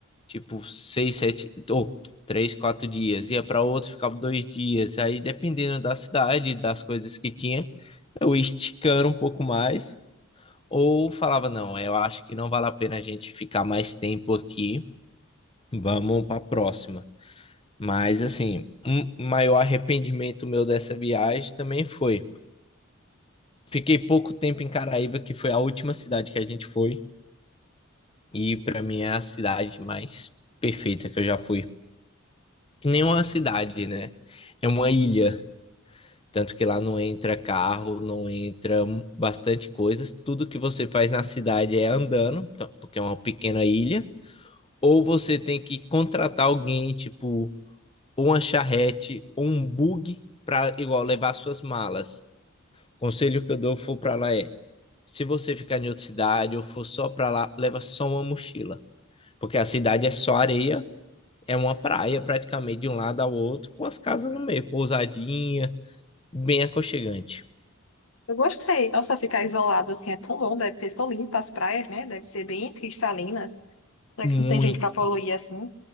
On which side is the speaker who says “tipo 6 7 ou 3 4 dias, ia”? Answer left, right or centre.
Left